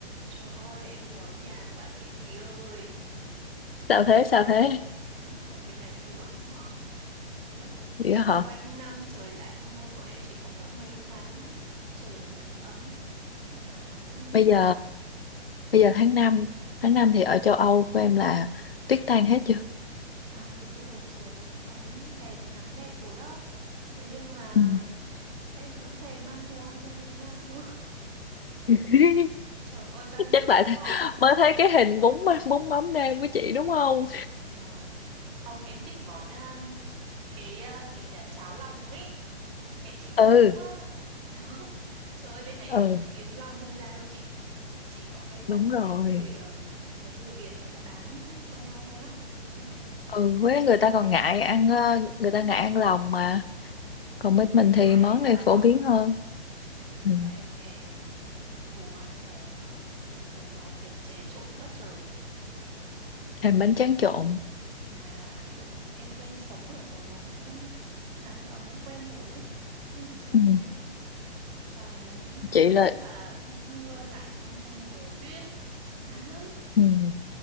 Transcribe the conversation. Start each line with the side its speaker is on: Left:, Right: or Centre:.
Right: Trời ơi, em nhớ nhà quá chị Thùy ơi.
Left: sao
Right: Ở
Left: thế
Right: bên
Left: sao
Right: này,
Left: thế
Right: ở bên này buồn mà. Kiểu
Left: vậy đó hả
Right: quanh năm trời lạnh thôi, bọn em chỉ có mỗi mấy tháng trời nắng ấm. Nhưng mà nó cũng,
Left: bây giờ bây giờ tháng năm tháng 5 thì ở châu Âu của em là tuyết tan hết chưa
Right: à thì bây giờ trời nó cũng ấm đẹp, nắng đẹp rồi đó. Thế nhưng mà
Left: Ừ.
Right: em vẫn thèm ăn đồ ăn ở Việt Nam nữa. <laughs>
Left: <laughs>
Right: Trời ơi, bao nhiêu
Left: chắc
Right: là
Left: lại
Right: món.
Left: th- mới thấy cái hình bún bún mắm nêm của chị đúng không
Right: Vâng. Không, em thích món um, cái ờ, gì nhỉ cháo lòng ấy mẹ chị
Left: ừ
Right: nấu á <laughs> đó trời ơi bên này
Left: ừ
Right: kiếm lòng không ra đâu chị chị có may ra
Left: đúng
Right: là mấy
Left: rồi
Right: người ờ, mấy người Việt người ta bán cho nhau thôi á nhưng mà nói
Left: ừ
Right: chung
Left: với
Right: mà em
Left: người
Right: cũng
Left: ta còn
Right: em
Left: ngại ăn ờ, người ta ngại ăn lòng mà
Right: vâng,
Left: còn
Right: bên
Left: bên
Right: này
Left: mình
Right: chả
Left: thì
Right: ai
Left: món
Right: người ta
Left: này
Right: ăn
Left: phổ
Right: lòng
Left: biến
Right: cả
Left: hơn ừ.
Right: với cả em thèm đồ ăn này còn Sài Gòn thèm chế trộn quá trời
Left: thêm bánh tráng trộn
Right: mà kiểu em quen sống ở Sài Gòn nó nắng ấm quen rồi á xong rồi sang
Left: Ừ.
Right: đây và là những tháng
Left: chị là
Right: mà mưa lạnh xong rồi tuyết chán lắm
Left: ừ.